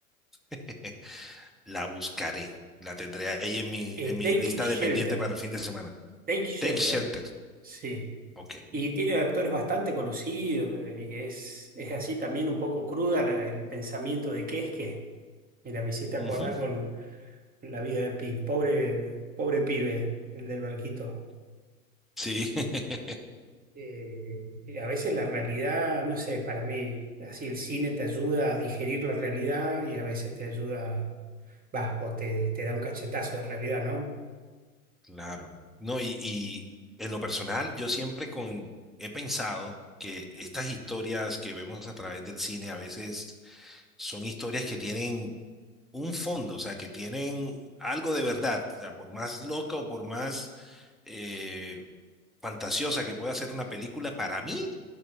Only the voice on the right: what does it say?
Eh,
Take
Shelter.
Take Shelter,
sí.
Y tiene actores bastante conocidos y es, es así también un poco cruda la- el pensamiento de qué es qué. Mira, me hiciste acordar
con la vida de Pi, pobre, pobre pibe, el del barquito.
Eh, y a veces la realidad, no sé, para mí, así el cine te ayuda a digerir la realidad y a veces te ayuda, va, o te, te da un cachetazo de realidad, ¿no?